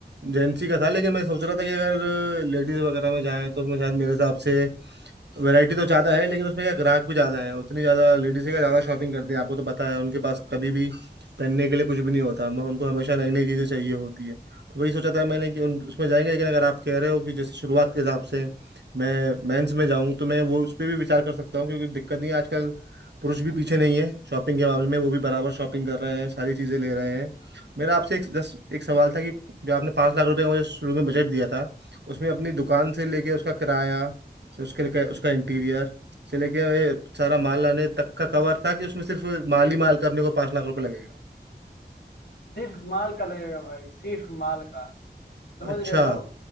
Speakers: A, on the right; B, on the left.
A: जेंट्स ही का था लेकिन मैं सोच रहा था कि अगर लेडीज वगैरह में जाएं तो उसमें शायद मेरे हिसाब से वैरायटी तो ज्यादा है लेकिन उसमें क्या ग्राहक भी ज्यादा है उतनी ज्यादा लेडीज का ज्यादा शॉपिंग करती है आपको तो पता है उनके पास कभी भी पहनने के लिए कुछ भी नहीं होता म- उनको हमेशा नई नई चीजें चाहिए होती है तो वही सोचा था मैंने कि उन उसमें जाएंगे लेकिन अगर आप कह रहे हो कि जैसे शुरुआत के हिसाब से मैं मेंस में जाऊं तो मैं वो उस पर भी विचार कर सकता हूँ क्योंकि दिक्कत नहीं है आजकल पुरुष भी पीछे नहीं है शॉपिंग के मामले में वो भी बराबर शॉपिंग कर रहे हैं सारी चीजें ले रहे हैं मेरा आपसे एक जस्ट एक सवाल था कि जो आपने पाँच लाख रुपए का मुझे शुरू में बजट दिया था उसमें अपनी दुकान से लेके उसका किराया से उसके लिए उसका इंटीरियर से लेके ये सारा माल लाने तक का कवर था कि उसमें सिर्फ माल ही माल का अपने को पाँच लाख रुपए लगेगा
B: सिर्फ माल का लगेगा भाई सिर्फ माल का समझ
A: अच्छा
B: रहे हो